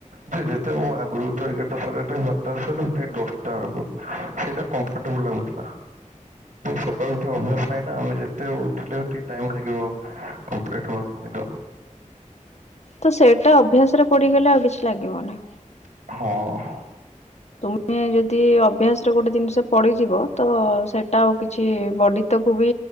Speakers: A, on the right; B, on the left.
A: ଯେ ଯେତେ ମୁଁ ଆଗରୁ ଉଠେ ଏଗାରଟା, ସାଢେ ଏଗାରଟା, ବାରଟା ବେଳେ ଶୋଇଲେ ଉଠେ ଦଶଟା ବେଳକୁ। ସେଇଟା କମ୍ଫର୍ଟେବଲ ଲାଗୁଥିଲା। ସକାଳୁ ଉଠିବା ଅଭ୍ୟାସ ନାହିଁ ନା ଆମେ ଯେତେ ଉଠିଲେ ବି ଟିକେ ଟାଇମ ଲାଗିବ। କମ୍ପ୍ଲିଟ ହେବା ପାଇଁ <unintelligible>
B: ତ ସେଇଟା ଅଭ୍ୟାସ ରେ ପଡିଗଲେ ଆଉ କିଛି ଲାଗିବ ନାହିଁ।
A: ହଁ।
B: ତୁମେ ଯଦି ଅଭ୍ୟାସରେ ଗୋଟେ ଜିନିଷ ପଡିଯିବ ତ ସେଇଟା ଆଉ କିଛି ବଡି ତାକୁ ବି